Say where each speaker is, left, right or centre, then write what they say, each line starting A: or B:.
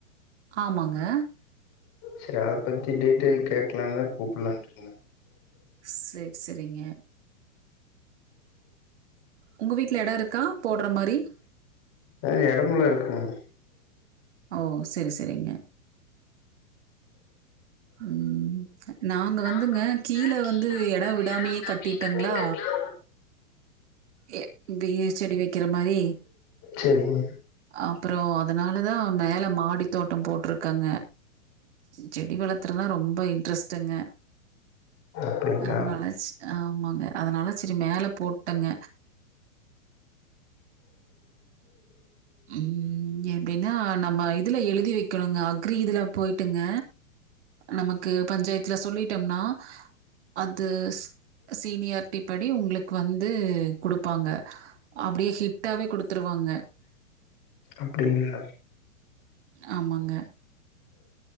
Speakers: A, on the right (about 55°); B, on the left (about 30°).
A: ஆமாங்க
B: சரி அத பத்தி டீட்டெயில் கேட்கலாம்னு தா கூப்பிடலான்றங்க
A: சேரி சேரிங்க உங்க வீட்ல்ல எடோ இருக்கா போடுற மாதிரி
B: ம் எடமெல்லா இருக்குங்க
A: ஓ செரி செரிங்க ம் நாங்கள்
B: நாங்க
A: வந்துங்க
B: வந்து
A: கீழே
B: மே கீழ வந்து
A: இடம் விடாமையே
B: எட விடாமே
A: கட்டிட்டங்களா
B: கட்டிடோங்கலா
A: எ பிஹச்டி வைக்கிற மாரி
B: சரிங்க
A: அப்புறோ அதனால தா மேல மாடி தோட்டோ போட்டருக்கங்க செடி வளர்த்துறனா ரொம்ப இன்ட்ரெஸ்ட்டுங்க
B: அப்டிங்களா
A: அதனாலச் ஆமாங்க அதனால செரி மேல போட்டங்க ம் எப்டின்னா நம்ம இதுல எழுதி வைக்குணுங்க அக்ரி இதுல போய்ட்டுங்க நமக் கு பஞ்சாயத்துல சொல்லிட்டோம்னா அது சீனியாரிட்டி படி உங்ளுக் வந்து குடுப்பாங்க அப்டியே ஹிட்டாவே குடுத்துருவாங்க
B: அப்டிங்ளா
A: ஆமாங்க